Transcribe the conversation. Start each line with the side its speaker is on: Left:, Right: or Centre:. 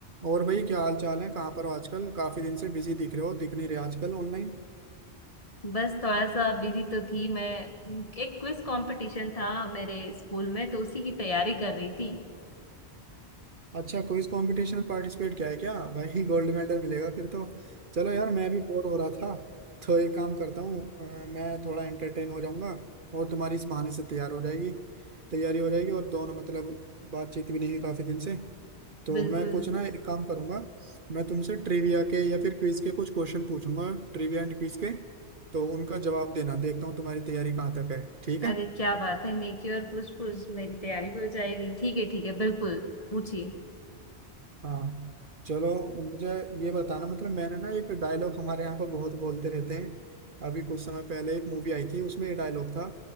Right: और भाई क्या हाल चाल है कहाँ पर हो आजकल काफी दिन से बिजी दिख रहे हो दिख नहीं रहे आजकल ऑनलाइन
Left: बस थोड़ा सा बिजी तो थी मैं एक क्विज कंपटीशन था मेरे स्कूल में तो उसी की तैयारी कर रही थी
Right: अच्छा क्विज कंपटीशन में पार्टिसिपेट किया है क्या भाई गोल्ड मेडल मिलेगा फिर तो चलो यार मैं भी बोर हो रहा था तो एक काम करता हूँ अ, मैं थोड़ा एंटरटेन हो जाऊंगा और तुम्हारी इस बहाने से तैयार हो जाएगी तैयारी हो जाएगी और दोनों मतलब बातचीत भी नहीं हुई काफी दिन से तो
Left: बिल्कुल
Right: मैं कुछ ना एक काम करूंगा मैं तुमसे ट्रिविया के या फिर क्विज के कुछ क्वेश्चन पूछूंगा ट्रिविया एंड क्विज के तो उनका जवाब देना देखता हूँ तुम्हारी तैयारी कहाँ तक है ठीक
Left: अरे
Right: है
Left: क्या बात है नेकी और पूछ पूछ मेरी तैयारी भी हो जाएगी ठीक है ठीक है बिल्कुल पूछिए
Right: हाँ चलो मुझे ये बताना मतलब मैंने ना एक डायलॉग हमारे यहाँ पर बहुत बोलते रहते हैं अभी कुछ समय पहले एक मूवी आई थी उसमें ये डायलॉग था